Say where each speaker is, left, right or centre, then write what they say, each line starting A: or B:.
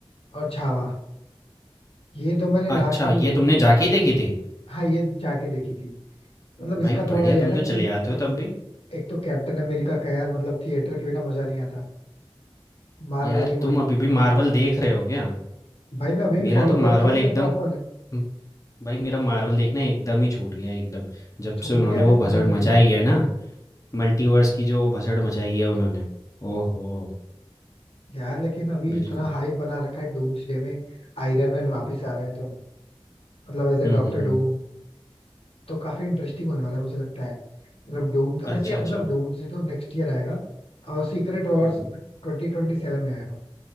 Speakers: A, on the left; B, on the left.
A: और छावा ये तो मैंने लास्ट
B: अच्छा,
A: मूवी
B: ये
A: देखी
B: तुमने
A: थी
B: जाके ही देखी थी?
A: हाँ ये जाके देखी थी मतलब इसका
B: भाई
A: थोड़ा
B: बढ़िया
A: ये
B: तुम
A: है ना
B: तो
A: कि
B: चले आते हो
A: जैसे
B: तब भी।
A: एक तो कैप्टन अमेरिका का यार मतलब थिएटर के बिना मजा नहीं आता मार्वल
B: यार
A: की
B: तुम
A: कोई
B: अभी
A: मूवी
B: भी
A: हो
B: मार्वल
A: तो
B: देख रहे हो क्या?
A: भाई मैं अभी भी
B: मेरा
A: फॉलो
B: तो मार्वल
A: करता हूँ उसे
B: एकदम
A: प्रॉपर
B: हम्म, भाई मेरा मार्वल देखना एकदम ही छूट गया एकदम। जब
A: छूट
B: से उन्होंने
A: गया फिर
B: वो
A: पसंद
B: भसड़
A: नहीं
B: मचाई
A: है
B: है ना, मल्टीवर्स की जो भसड़ मचाई है उन्होंने। ओहो,
A: यार लेकिन अभी
B: बिल्कुल।
A: इतना हाइप बना रखा है डूम्सडे में आयरन मैन वापिस आ रहा है तो मतलब एज ए
B: हुँ,
A: डॉक्टर
B: हुँ, हुँ।
A: डूम तो काफी इंटरेस्टिंग होने वाला है मुझे लगता है मतलब डूम
B: अच्छा,
A: वैसे मतलब
B: अच्छा।
A: डूम्सडे तो नेक्स्ट ईयर आएगा और Secret Wars
B: हुँ।
A: twenty twenty seven में आएगा